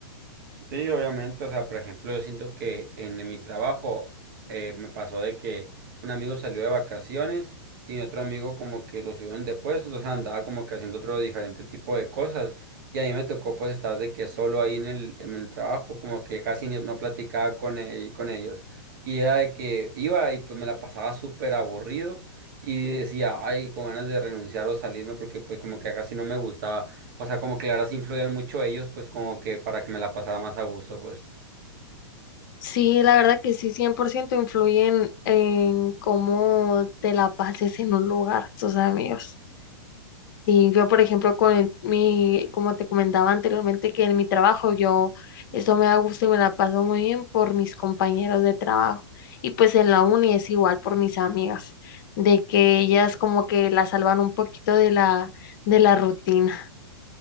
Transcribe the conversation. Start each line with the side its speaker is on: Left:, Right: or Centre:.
Right: Sí, obviamente, o sea, por ejemplo, yo siento que en mi trabajo eh, me pasó de que un amigo salió de vacaciones y otro amigo como que lo subieron de puesto, o sea, andaba como que haciendo otro diferente tipo de cosas y a mí me tocó pues estar de que solo ahí en el, en el trabajo, como que casi ni- no platicaba con, el- con ellos y era de que iba y pues me la pasaba súper aburrido y decía, ay, con ganas de renunciar o salirme porque pues como que casi no me gustaba. O sea, como que la verdad sí influían mucho ellos, pues como que para que me la pasara más a gusto, pues.
Left: Sí, la verdad que sí, 100% influyen en cómo te la pases en un lugar, tus amigos. Sí, yo por ejemplo con mi, como te comentaba anteriormente que en mi trabajo yo eso me da gusto y me la paso muy bien por mis compañeros de trabajo y pues en la uni es igual por mis amigas, de que ellas como que la salvan un poquito de la de la rutina.